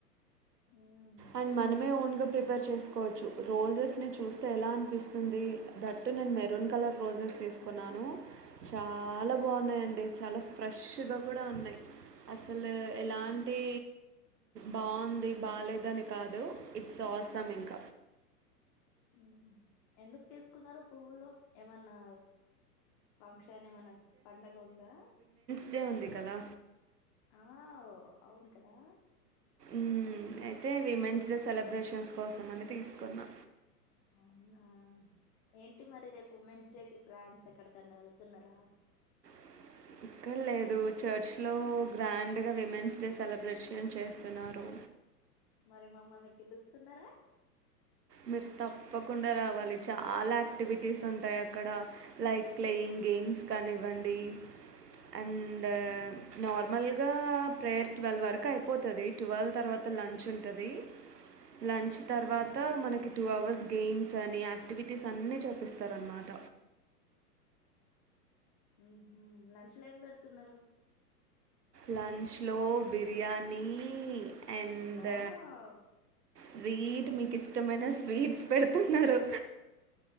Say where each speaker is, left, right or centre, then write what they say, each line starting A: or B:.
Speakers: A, on the left; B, on the right.
A: ఉమ్
B: అండ్ మనమే ఓన్ గా ప్రిపేర్ చేసుకోవచ్చు రోజెస్ ని చూస్తే ఎలా అనిపిస్తుంది? దట్టు నేను మెరూన్ కలర్ రోజ తీసుకున్నాను చాలా బాగున్నాయిండి. చాలా ఫ్రెష్గా కూడ ఉన్నాయి. అసలు ఎలాంటి,
A: ఉమ్
B: బాగుంది, బాలేదని, కాదు ఇట్స్ ఆసం ఇంక.
A: మ్ ఎందుకు తీసుకున్నారు పువ్వులు? ఏమన్నా, ఫంక్షన్ ఏమన పండగ ఉందా!
B: విజయ ఉంది కదా!
A: ఆవ్ అవును కదా!
B: మ్ అయితే, విమెన్స్ డే సెలబ్రేషన్స్ కోసం అని తీసుకున్నా.
A: అవునా ఏంటి మరి రేపు ఉమెన్స్ డే కి ప్లాన్స్? ఎక్కడికన్నా వెళ్తున్నారా?
B: <inaudible> ఎక్కడ్ లేదు. చర్చ్లో గ్రాండ్గా విమెన్స్ డే సెలబ్రేషన్ చేస్తున్నారు.
A: మరి మమ్మల్ని పిలుస్తున్నారా?
B: మీరు తప్పకుండా రావాలి. చాలా యాక్టివిటీస్ ఉంటాయి అక్కడ. లైక్ ప్లేయింగ్ గేమ్స్ కానివ్వండి, అండ్ నార్మల్గా ప్రేయర్ ట్వెల్వ్ వరకు అయిపోతది. ట్వెల్వ్ తర్వాత లన్ చ్ ఉంటది. లంచ్ తర్వాత,
A: మ్మ్
B: అకి టూ అవర్స్ గేమ్స్ అని, యాక్టివిటీస్ అన్నీ చేపిస్తారన్నమాట.
A: మ్హు లంచ్ లో ఏం పెడుతున్నారు?
B: లంచ్ లో బిర్యానీ. అండ్
A: వావ్
B: స్వీట్ మీకిష్టమైన స్వీట్స్ పెడుతున్నారు.